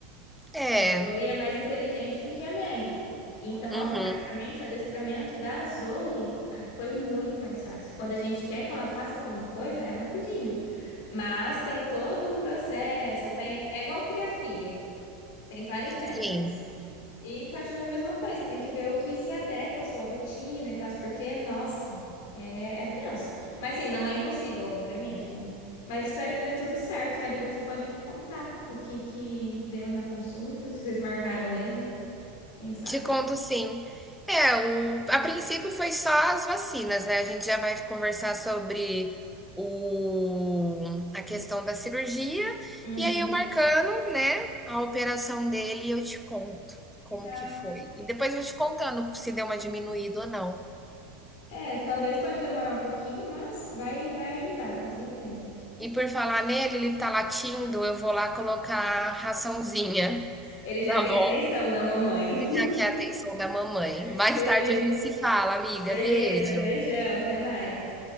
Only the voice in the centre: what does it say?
É,
uhum,
sim.
Te conto sim. É, o, a princípio foi só as vacinas, né? A gente já vai conversar sobre o, a questão da cirurgia.
E aí, eu marcando, né, a operação dele, e eu te conto como
que foi. E depois eu vou te contando se deu uma diminuída ou não.
E por falar nele, ele tá latindo, eu vou lá colocar raçãozinha,
tá
bom?
Já que é a atenção da mamãe.
Mais
tarde a gente se fala, amiga.
Beijo.